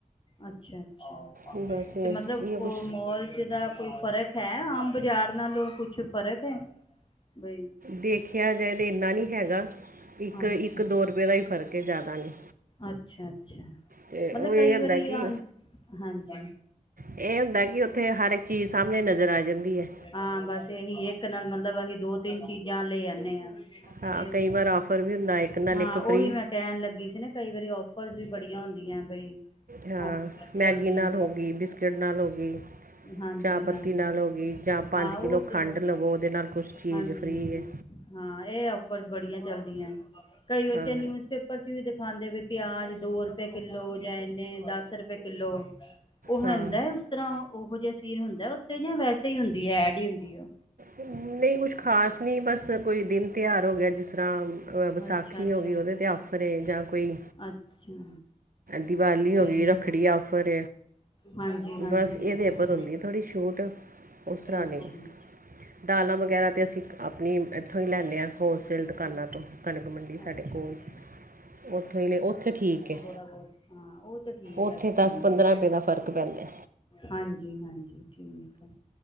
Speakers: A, on the left (about 35°); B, on the right (about 85°).
A: ਅੱਛਾ ਅੱਛਾ
B: ਬਸ ਇਹ
A: ਤੇ ਮਤਲਬ ਉਹ
B: ਕੁਝ
A: ਮੋਲ ਚ ਦਾ ਕੋਈ ਫ਼ਰਕ ਹੈ ਆਮ ਬਾਜ਼ਾਰ ਨਾਲੋਂ ਕੁਛ ਫ਼ਰਕ ਹੈ ਬਈ
B: ਦੇਖਿਆ ਜਾਏ ਤਾਂ ਇੰਨਾ ਨਹੀਂ ਹੈਗਾ ਇੱਕ
A: ਅੱਛਾ
B: ਇੱਕ ਦੋ ਰੁਪਏ ਦਾ ਹੀ ਫ਼ਰਕ ਹੈ ਜ਼ਿਆਦਾ ਨਹੀਂ
A: ਅੱਛਾ ਅੱਛਾ
B: ਤੇ ਉਹ
A: ਮਤਲਬ
B: ਇਹ
A: ਕਈ
B: ਹੁੰਦਾ
A: ਵਾਰੀ
B: ਕਿ
A: ਹਾਂਜੀ
B: ਇਹ ਹੁੰਦਾ ਕਿ ਉੱਥੇ ਹਰ ਇੱਕ ਚੀਜ਼ ਸਾਹਮਣੇ ਨਜ਼ਰ ਆ ਜਾਂਦੀ ਹੈ
A: ਹਾਂ ਬਸ ਅਸੀ ਇੱਕ ਨਾਲ ਮਤਲਬ ਅਸੀਂ ਦੋ ਤਿੰਨ ਚੀਜ਼ਾਂ ਲੈ ਆਦੇ ਹਾਂ
B: ਹਾਂ
A: ਇਹ ਹੁੰਦਾ
B: ਕਈ ਵਾਰ ਆਫਰ ਵੀ ਹੁੰਦਾ ਇੱਕ ਨਾਲ
A: ਹਾਂ
B: ਇੱਕ
A: ਉਹੀ
B: ਫ੍ਰੀ
A: ਮੈਂ ਕਹਿਣ ਲੱਗੀ ਸੀ ਨਾ ਕਈ ਵਾਰੀ ਆਔਫਰਸ ਵੀ ਬੜੀਆਂ ਹੁੰਦੀਆਂ ਬਈ
B: ਹਾਂ
A: ਔਫ
B: ਮੈਗੀ
A: ਚੱਲਦੀਆਂ
B: ਨਾਲ ਹੋ ਗਈ ਬਿਸਕਿਟ ਨਾਲ ਹੋ ਗਈ
A: ਹਾਂਜੀ
B: ਚਾਹ ਪੱਤੀ
A: ਹਾਂਜੀ
B: ਨਾਲ ਹੋ ਗਈ ਜਾਂ ਪੰਜ
A: ਹਾਂ ਉਹ
B: ਕਿਲੋ ਖੰਡ
A: ਚਲੋ
B: ਲਵੋ ਉਹਦੇ ਨਾਲ ਕੁਛ ਚੀਜ਼
A: ਹਾਂਜੀ
B: ਫ੍ਰਰੀ ਹੈ
A: ਹਾਂ ਇਹ ਫਰਸ ਬੜੀਆਂ ਚੱਲਦੀਆਂ ਕਈ ਵਾਰ
B: ਹਾਂ
A: ਤੇ ਨਿਊਜ਼ਪੇਪਰ ਪਰ ਚ ਵੀ ਦਿਖਾਉਦੇ ਵੀ ਪਿਆਜ ਦੋ ਰੁਪਏ ਕਿੱਲੋ ਜਾਂ ਇਨੇ ਦਸ ਰੁਪਏ ਕਿੱਲੋ ਉਹ ਹੁੰਦਾ
B: ਹਾਂ
A: ਉਸ ਤਰ੍ਹਾਂ ਉਹੋ ਜਹਾ ਸੀਰ ਹੁੰਦਾ ਉੱਥੇ ਜਾਂ ਵੈਸੇ ਹੀ ਹੁੰਦੀ ਐਡ ਹੀ ਹੁੰਦੀ ਹੈ
B: ਨਹੀਂ ਕੁਛ ਖ਼ਾਸ ਨਹੀਂ ਬਸ ਕੋਈ ਦਿਨ ਤਿਉਹਾਰ ਹੋ ਗਿਆ ਜਿਸ ਤਰ੍ਹਾਂ ਵਿਸਾਖੀ
A: ਅੱਛਾ ਅੱਛਾ
B: ਹੋ ਗਈ ਉਹਦੇ 'ਤੇ ਔਫਰ ਜਾਂ ਕੋਈ
A: ਅੱਛਾ
B: ਦੀਵਾਲੀ
A: ਠੀਕ
B: ਹੋ ਗਈ ਰੱਖੜੀ ਆਫਰ
A: ਹਾਂਜੀ ਹਾਂਜੀ
B: ਬਸ ਇਹਦੇ
A: ਹਾਂ
B: ਉੱਪਰ ਹੁੰਦੀ ਆ ਥੋੜ੍ਹੀ ਛੂਟ ਉਸ ਤਰ੍ਹਾਂ
A: ਅੱਛਾ ਅੱਛਾ
B: ਨ ਦਾਲਾਂ ਵਗੈਰਾ ਅਤੇ ਅਸੀਂ ਆਪਣੀ ਇੱਥੋਂ ਹੀ ਲੈਂਦੇ ਹਾਂ ਹੋਲਸੇਲ ਦੁਕਾਨਾਂ
A: ਅੱਛਾ
B: ਤੋਂ ਕਣਕ ਮੰਡੀ ਸਾਡੇ
A: ਅੱਛਾ
B: ਕੋਲ
A: ਅੱਛਾ
B: ਉੱਥੋਂ ਹੀ ਲ ਉੱਥੇ ਠੀਕ ਹੈ
A: ਥੋੜਾਹੁਤ ਹਾਂ ਉਹ ਤੇ ਠੀਕ
B: ਉੱਥੇ
A: ਹੈਗਾ
B: ਦਸ
A: ਹਾਂਜੀ
B: ਪੰਦਰਾਂ ਰੁਪਏ ਦਾ ਫ਼ਰਕ ਪੈਂਦਾ
A: ਹਾਂਜੀ ਹਾਂਜੀ ਠੀਕ ਹੈ